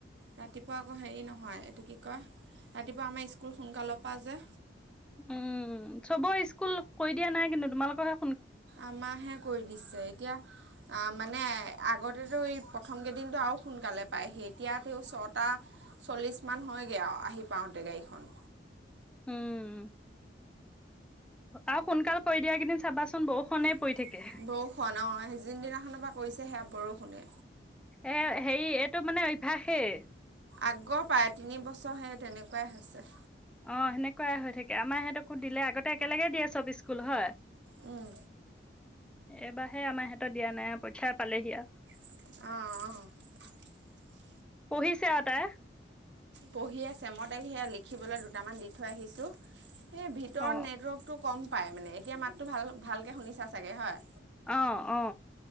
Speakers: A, on the right; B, in the centre.
A: ৰাতিপুৱা আকৌ হেৰি নহয় এইটো কি কয় ৰাতিপুৱা আমাৰ স্কুল সোনকালৰ পৰা যে
B: উম চব স্কুল কৈ দিয়া নাই কিন্তু তোমালোকৰে
A: আমাৰহে কৰি দিছে এতিয়া মানে আগতেতো এই প্ৰথম কেইদিনটো আৰু সোনকালে পায়হি এতিয়াাত ছটা চল্লিছ মান হয়গৈ আৰু আহি পাওঁতে গাড়ীখন
B: উম। আৰু সোনকাল কৰি দিয়া কেইদিন চাবাচোন বৰষুণে
A: <unintelligible>
B: পৰি থাকে
A: যিনদিনাখনৰ পৰা কৰিছে সেয়া বৰষুণে
B: এ হেৰি এইটো মানে অভ্যাসেই।
A: আগৰ পায় তিনি বছৰ সে তেনেকুৱাই হৈছে।
B: অ', সেনেকুৱাই হৈ থাকে আমাৰ সিহঁতকো দিলে আগতে একেলগে বে চব স্কুল হয়।
A: উম
B: এবাৰহে আমাৰ সিহঁত দিয়া নাই পৰীক্ষাই পালেহি আও।
A: অহ, অহ।
B: পঢ়িছে আৰু তাই
A: পঢ়ি আছে, মই তাকে সেয়া লিখ খিবলৈ দুটামান দি থৈ আহিছোঁ। এ ভিতৰত
B: অ
A: নেটৱৰ্কটো কম পাই মানে এতিয়া মাতো ভাল-ভালকে শুনি চাই চাগে হয়।
B: অ', অ'।